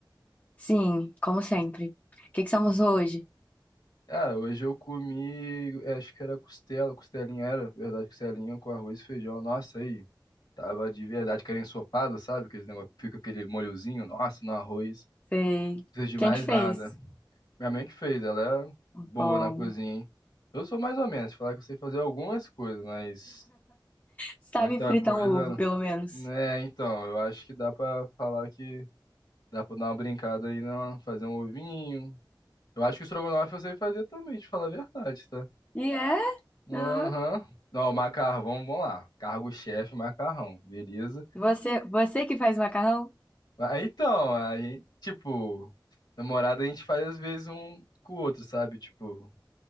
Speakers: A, on the left; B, on the left.
A: sim, como sempre. O que que somos hoje?
B: Cara, hoje eu comi, acho que era costela, costelinha era, verdade, costelinha com arroz e feijão. Nossa, aí. Tava de verdade, aquele ensopado, sabe? Aquele negócio, fica aquele molhozinho, nossa, no arroz.
A: Sei.
B: Não precisa de
A: Quem
B: mais
A: que fez?
B: nada. Minha mãe que fez, ela é boa
A: Bom,
B: na cozinha, hein? Eu sou mais ou menos, falar que eu sei fazer algumas coisas, mas
A: sabe
B: muita
A: fritar
B: coisa.
A: um ovo, pelo menos.
B: Né, então, eu acho que dá pra falar que dá pra dar uma brincada aí, não, fazer um ovinho. Eu acho que o estrogonofe eu sei fazer também, te falar a verdade, tá?
A: E é?
B: Aham.
A: ah,
B: Não, macarrão, vamos lá. Cargo-chefe, macarrão, beleza?
A: Você, você que faz macarrão?
B: Ah, Então, a gente, tipo, namorada a gente faz às vezes um com o outro, sabe? Tipo,